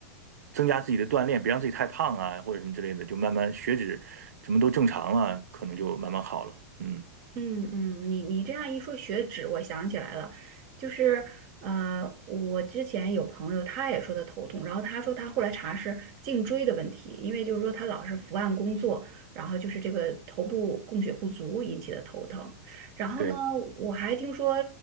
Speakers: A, on the right; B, on the right.
A: 增加自己的锻炼，别让自己太胖啊或者什么之类的，就慢慢血脂什么都正常了，可能就慢慢好了。嗯，
B: 嗯嗯，你你这样一说血脂，我想起来了，就是呃，我之前有朋友他也说他头痛，然后他说他后来查是颈椎的问题，因为就是说他老是伏案工作，然后就是这个头部供血不足引起的头疼。然后呢，
A: 对
B: 我还听说